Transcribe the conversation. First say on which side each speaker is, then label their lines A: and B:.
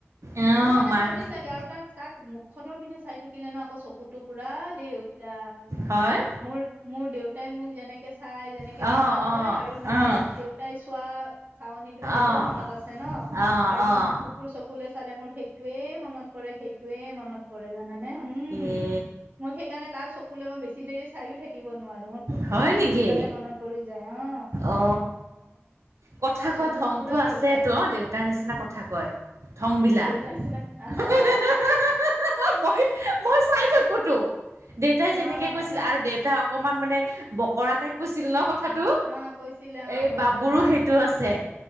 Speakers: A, on the right; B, on the right.
A: অ',
B: মোৰ মানে
A: মাৰ
B: আচৰিত
A: নিচিনা
B: লাগে আৰু তাৰ তাক খনৰ পিনে চাই থাকিলে ন আকৌ চকুতো পুৰা দেউতা
A: হয়
B: মোৰ মোৰ দেউ তাই মোক যেনেকে চাই যে এনেকে
A: অ',
B: কথা কয়
A: অ',
B: আৰু লাষ্ট
A: অ',
B: দেউতাই চোৱা চাৱনীটো মোৰ এতিয়াও
A: অ',
B: মনত আছে ন
A: অ
B: আৰু
A: অ
B: মোৰ চকুলে চালে মোৰ সেইটোয়ে মনত পৰে সেইটোয়ে মনত পৰে জানানে উম
A: ইয়ে
B: মই সেইকাৰণে তাৰ চকুলে মই বেছি দেৰি চাইও থাকিব নোৱাৰো মই পুতুককে
A: হয় নেকি?
B: দেউতালে মনত পৰি যায় অ
A: অ কথা
B: তাৰ
A: কোৱা
B: চকুটো
A: ধংতো
B: পুৰা
A: আছেতো
B: দেউতা
A: অ দেউতাৰ নিচিনা কথা কয় ধং
B: উম
A: বিলাক
B: দেউতাৰ নিচিনা অ
A: হে হা হা হা হা হা মই মই চাই থাকোতো দেউতাই যেনেকে
B: অ
A: কৈছিল আৰু দেউতাক অকমান মানে বকৰা টাইপ কৈছিল ন কথাটো
B: অ কৈছিলে অ
A: এই
B: অকমান
A: বাবুৰো
B: অ
A: সেইটো আছে